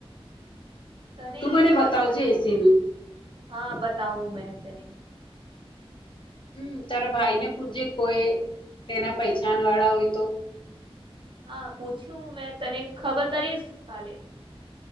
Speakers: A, on the right; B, on the left.
A: તને
B: તું મને બતાવજે
A: પંખા
B: એસી નું
A: હા બતાવું મે તને
B: હમ તારા ભાઈને પૂછજે કોઈ તેના પૈચાન વાળા હોય તો
A: હા પૂછ્યું મેં તને ખબર કરીશ કાલે